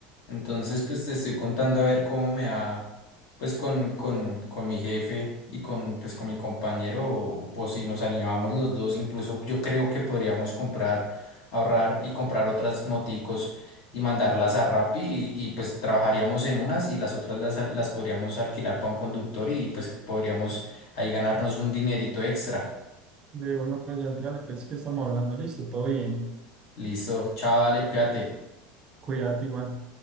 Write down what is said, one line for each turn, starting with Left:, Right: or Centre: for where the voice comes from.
Left: Entonces,
Right: Ah,
Left: pues te estoy contando a ver cómo me va, pues con, con, con mi jefe y con, pues, con mi compañero, o, pues si nos animamos los dos, incluso yo creo que podríamos comprar, ahorrar y comprar otras moticos y mandarlas a Rappi y, y, pues trabajaríamos en unas y las otras las, al- las podríamos alquilar para un conductor y pues podríamos ahí ganarnos un dinerito extra.
Right: de una, pues, Santi, dale, pues, que estamos hablando, listo, todo bien.
Left: Listo, chao, dale, cuídate.
Right: Cuídate, igual.